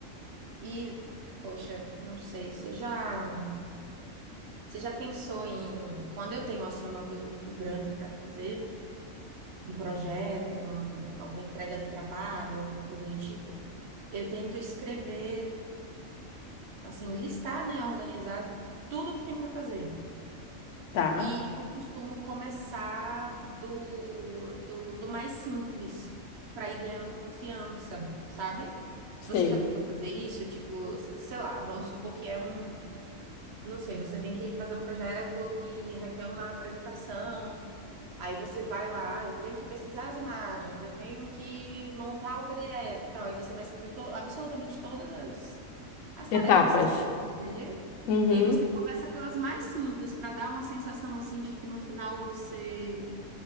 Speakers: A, on the right (about 60°); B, on the left (about 75°).
A: E, poxa, não sei, você já, você já pensou em, quando eu tenho, assim, uma coisa muito grande para fazer, um projeto, um- alguma entrega do trabalho, alguma coisa do tipo, eu tento escrever, assim, listar, né, organizar tudo que tem para fazer.
B: Tá.
A: E eu costumo começar do, do, do mais simples, para ir ganhando confiança, sabe?
B: Sei.
A: Você já tentou fazer isso? Tipo, se- sei lá, vamos supor que é um, não sei, você tem que fazer um projeto que requer uma apresentação Aí você vai lá, "Ah, eu tenho que pesquisar as imagens, eu tenho que montar o PDF e tal. Aí você vai escrever to- absolutamente todas as, as
B: Etapas.
A: tarefas que você tem que fazer.
B: Uhum.
A: E aí você começa pelas mais simples, para dar uma sensação assim de que no final você.